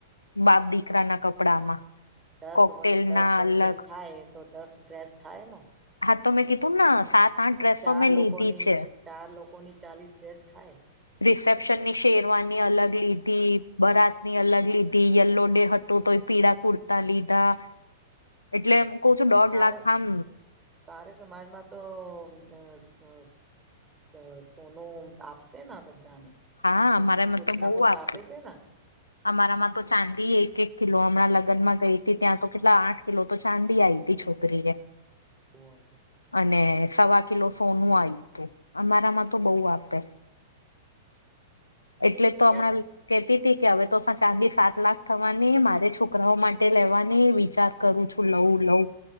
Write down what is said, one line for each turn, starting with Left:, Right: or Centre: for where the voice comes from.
Left: બાપ દીકરાના કપડામાં.
Right: દસ
Left: કોકટેલ
Right: -દસ
Left: ના
Right: ફંક્શન
Left: અલગ
Right: થાય તો, દસ ડ્રેસ થાય ના.
Left: હા તો મેં કીધું ને સાત આઠ ડ્રેસો
Right: ચાર
Left: મેં
Right: લોકોની
Left: લીધી છે
Right: ચાર લોકોની ચાલીસ ડ્રેસ થાય.
Left: રિસેપ્શનની શેરવાની અલગ લીધી, બરાતની અલગ લીધી, યલો ડે તો એ પીળા કુર્તા લીધા, એટલે કઉ છું દોઢ
Right: તારે
Left: લાખ આમ
Right: તારે સમાજમાં તો <unintelligible> તો સોનું આપશેના બધા ને,
Left: હા અમારામાં
Right: કુછ
Left: તો બહુ
Right: ના કુછ
Left: આપ્યું
Right: આપે છે ના.
Left: અમારામાં તો ચાંદી એક -એક કિલો. હમણાં લગ્નમાં ગઈ હતી
Right: હા
Left: ત્યાં તો કેટલા આઠ કિલો તો ચાંદી આઈપી છોકરીને.
Right: બોલે.
Left: અને સવા કિલો સોનું આવ્યું તું. અમારામાં તો બહુ આપે. એટલે તો
Right: ત્યાં
Left: હમણાં કેતીતી કે હવેતો ચાંદી સાત લાખ થવાની, મારે છોકરાઓ માટે લેવાની વિચાર કરું છું લવું-લઉં